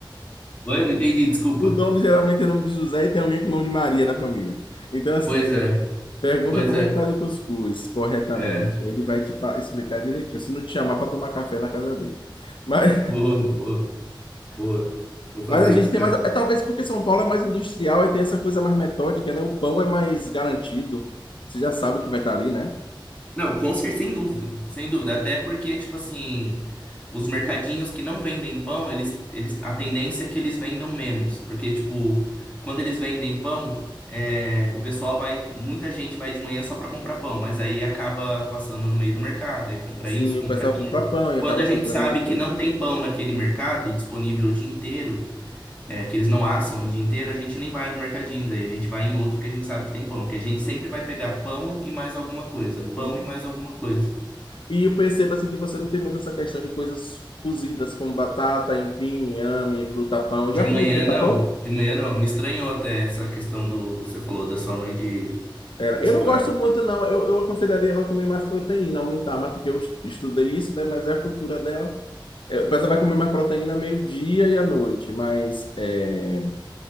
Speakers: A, on the left (about 15°); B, on the left (about 75°).
A: Oi, não entendi, desculpa.
B: O dono geralmente tem nome de José e tem alguém com nome de Maria na família. Então, assim,
A: Pois é,
B: pergunta
A: pois
B: como
A: é,
B: é que faz o cuscuz corretamente.
A: é.
B: Ele vai te fa- explicar direitinho, se não te chamar para tomar café na casa dele. Mas,
A: Boa, boa, boa. Vou fazer
B: Mas a gente
A: isso,
B: tem
A: cara.
B: mais. É, talvez porque São Paulo é mais industrial e tem essa coisa mais metódica, né? O pão é mais garantido. Você já sabe o que vai estar ali, né?
A: Não, com certeza, sem dúvida. Sem dúvida. Até porque, tipo assim, os mercadinhos que não vendem pão, eles, eles, a tendência é que eles vendam menos. Porque, tipo, quando eles vendem pão, é, o pessoal vai. Muita gente vai de manhã só pra comprar pão, mas aí acaba passando no meio do mercado, aí compra
B: Sim,
A: isso, compra
B: o pessoal
A: aquilo.
B: compra pão e
A: Quando
B: acaba
A: a
B: comprando
A: gente sabe
B: alguma
A: que
B: coisa.
A: não tem pão naquele mercado disponível o dia inteiro é, que eles não assam o dia inteiro, a gente nem vai no mercadinho, daí a gente vai em outro que a gente sabe que tem pão, porque a gente sempre vai pegar pão e mais alguma coisa,
B: Entendi.
A: pão e mais alguma coisa.
B: E eu percebo assim que você não tem muito essa questão de coisas cozidas como batata, empim, inhame, fruta-pão.
A: De
B: Já
A: manhã
B: comeu fruta-pão?
A: não, de manhã não. Me estranhou até essa questão do que você falou da sua mãe de.
B: Era.
A: cus-
B: Eu não
A: é.
B: gosto muito, não. Eu, eu aconselharia ela a comer mais proteína, aumentar mais, porque eu est- estudei isso, né? Mas é a cultura dela. É, O pessoal vai comer mais proteína meio-dia e à noite, mas é,